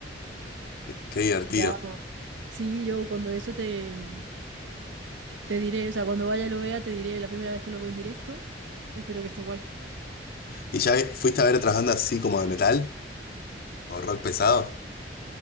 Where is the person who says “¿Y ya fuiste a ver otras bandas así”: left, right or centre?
Left